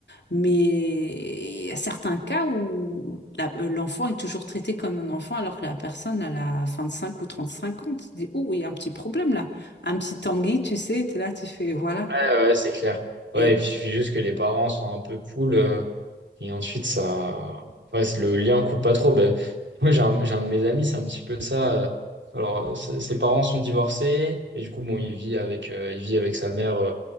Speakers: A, on the left; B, on the right.
A: Mais il y a certains cas où la- euh, l'enfant est toujours traité comme un enfant alors que la personne, elle a cinq ou 35 ans. Tu te dis, oh, il y a un petit problème là. Un petit Tanguy, tu sais, tu es là, tu fais, voilà.
B: Ouais, ouais, c'est clair. Ouais,
A: Et...
B: et puis il suffit juste que les parents soient un peu cool. Et ensuite, ça. Ouais, c'est- le lien coupe pas trop. Ben, moi, j'ai un, j'ai un de mes amis, c'est un petit peu ça. euh, Alors, euh, ses ses parents sont divorcés. Et du coup, bon, il vit avec, euh, il vit avec sa mère. euh,